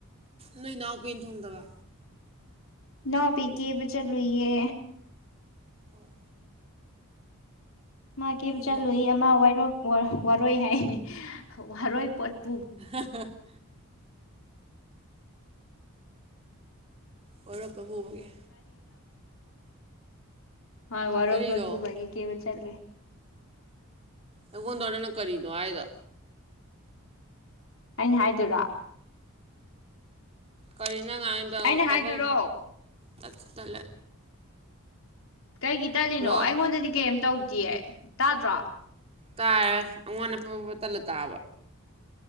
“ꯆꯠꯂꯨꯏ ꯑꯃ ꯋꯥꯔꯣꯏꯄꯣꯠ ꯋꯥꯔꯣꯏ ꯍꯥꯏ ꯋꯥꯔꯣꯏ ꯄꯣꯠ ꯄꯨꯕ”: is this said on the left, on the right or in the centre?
Left